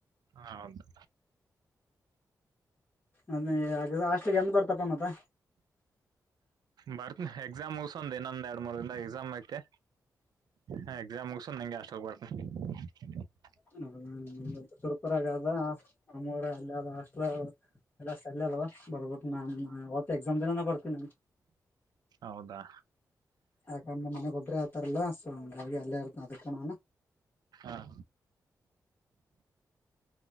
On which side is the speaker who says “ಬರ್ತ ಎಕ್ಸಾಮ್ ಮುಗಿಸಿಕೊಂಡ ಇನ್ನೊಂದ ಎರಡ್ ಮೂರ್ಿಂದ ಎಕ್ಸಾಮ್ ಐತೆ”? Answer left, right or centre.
Right